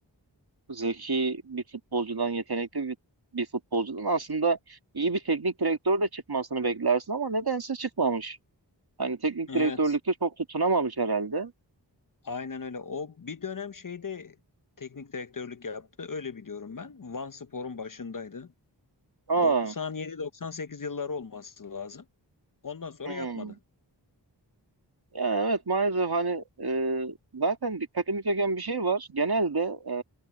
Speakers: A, on the right (about 60°); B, on the left (about 50°).
A: zeki bir futbolcudan, yetenekli bir, bir futbolcudan aslında iyi bir teknik direktör de çıkmasını beklersin ama nedense çıkmamış. Hani teknik
B: Evet,
A: direktörlükte çok tutunamamış herhalde.
B: aynen öyle. O bir dönem şeyde teknik direktörlük yaptı. Öyle biliyorum ben. Vanspor'un başındaydı.
A: Aa,
B: 97-98 yılları olması lazım. Ondan sonra
A: hmm.
B: yapmadı.
A: Ya evet maalesef hani e, zaten dikkatimi çeken bir şey var. Genelde e,